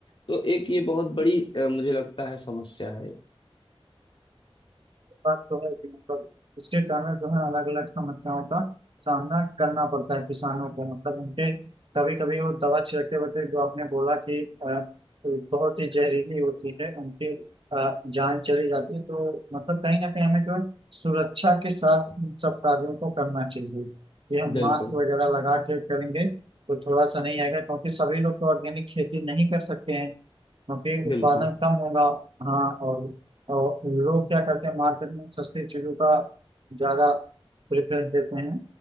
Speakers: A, on the left; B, on the right.
A: तो एक ये बहुत बड़ी अ, मुझे लगता है समस्या है
B: बात तो है कि मतलब इसके कारण जो है अलग अलग समस्याओं का सामना करना पड़ता है किसानों को मतलब उनके कभी कभी वो दवा छिड़कते वक्त जो आपने बोला कि अ, बहुत ही जहरीली होती है उनकी अ, जान चली जाती है तो मतलब कहीं ना कहीं हमें जो है सुरक्षा के साथ इन सब कार्यों को करना चाहिए ये हम
A: बिल्कुल
B: मास्क वगैरह लगा के करेंगे तो थोड़ा सा नहीं आएगा क्योंकि सभी लोग तो ऑर्गेनिक खेती नहीं कर सकते हैं क्योंकि
A: बिल्कुल
B: उत्पादन कम होगा हाँ और, और लोग क्या करते हैं मार्केट में सस्ती चीज़ों का ज़्यादा प्रेफरेंस देते हैं